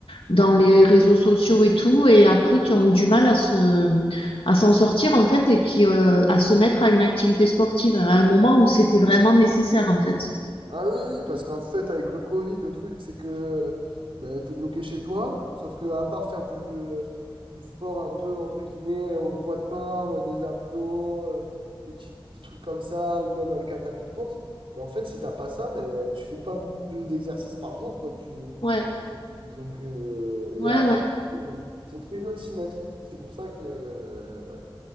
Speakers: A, on the left; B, on the right.
A: dans les réseaux sociaux et tout, et après qui ont eu du mal à se, à s'en sortir, en fait, et qui, euh, à se mettre à une activité sportive à un moment où c'était vraiment nécessaire, en fait.
B: Ah oui, oui, parce qu'en fait, avec le Covid, le truc, c'est que bah, t'es bloqué chez toi, sauf que à part faire du, euh, du sport un peu, entre guillemets, au poids de corps, euh, des abdos, euh, des petits trucs comme ça, ou même avec un tapis de course, bah, en fait, si t'as pas ça, ben tu fais pas beaucoup de- d'exercices par jour, quoi. Tu,
A: Ouais,
B: Donc, euh,
A: ouais,
B: et après,
A: ouais.
B: euh, c'est très dur de s'y mettre. C'est pour ça que. euh, ouais,